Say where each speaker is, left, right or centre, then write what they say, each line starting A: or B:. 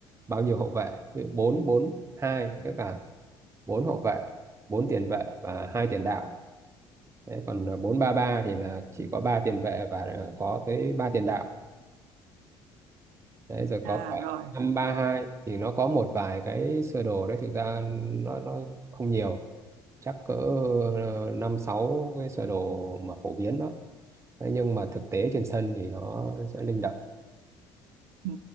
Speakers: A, on the right; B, on the right.
A: bao nhiêu hậu vệ ví dụ bốn bốn hai tức là bốn hậu vệ bốn tiền vệ và hai tiền đạo Thế còn ờ, bốn ba ba thì là chỉ có ba tiền vệ và ờ, có tới ba tiền đạo đấy rồi có
B: à
A: cả
B: rồi.
A: năm ba hai thì nó có một vài cái sơ đồ đấy thực ra nó nó không nhiều chắc cỡ ờ, năm sáu cái sơ đồ mà phổ biến đó thế nhưng mà thực tế trên sân thì nó sẽ linh động
B: Ừ.